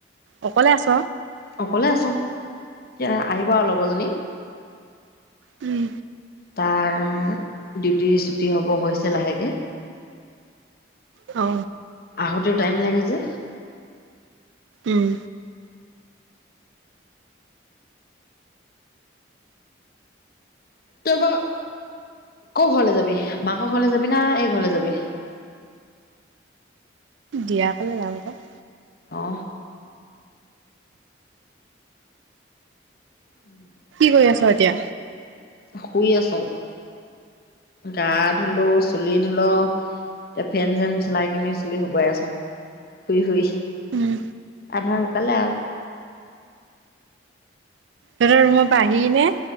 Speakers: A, on the right (about 75°); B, on the left (about 50°).
A: অকলে আছ?
B: অকলে আসুং এতিয়া আহিব আও লগৰজনী।
A: উম।
B: তাৰ ডিউটি ছুটী হ'ব হৈছে লাহেকে।
A: অ।
B: আহোতেও টাইম লাগে যে।
A: উম।
B: তই বাৰু ক' ঘৰলে যাবি? মাক ঘৰলে যাবি না এই ঘৰলে যাবি।
A: দিয়া কলে যামকৌ <unintelligible>
B: অ উম <inaudible>
A: কি কৰি আছ এতিয়া।
B: শুই আছো গা ধুলো চুলি ধুলো। এতিয়া ফেন চেন চলাই কিনি চুলি শুকোৱাই আছোঁ শুই শুই।
A: উম
B: আধাসোকালে আৰু
A: সিতো ৰুমৰ পৰা আহি কেনে।